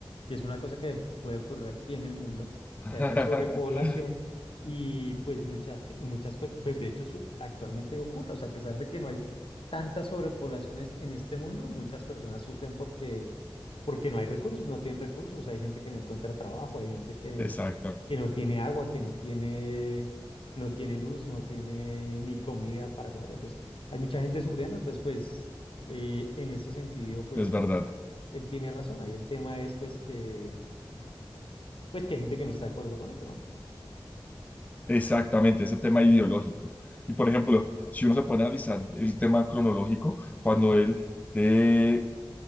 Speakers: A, on the left; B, on the left.
A: que es una cosa que puede ocurrir aquí en el mundo,
B: <laughs>
A: que haya sobrepoblación y pues muchas, ge- muchas, pe- pues de hecho su- actualmente ocurre, o sea, a pesar de que no hay tanta sobrepoblación est- en este mundo, muchas personas sufren porque, porque no hay recursos, no tienen recursos, hay gente que no encuentra trabajo, hay gente que,
B: Exactamente,
A: que no tiene agua, que no tiene no tiene luz, no tiene ni comida para comer. Entonces, hay mucha gente sufriendo. Entonces, pues, eh, en ese sentido, pues,
B: es verdad.
A: él, él tiene razón. Ahí el tema es, pues, que, pues, que hay gente que no está de acuerdo con eso, ¿no?
B: Exactamente, ese tema ideológico. Y por ejemplo, si uno se pone a analizar el tema cronológico, cuando él eh,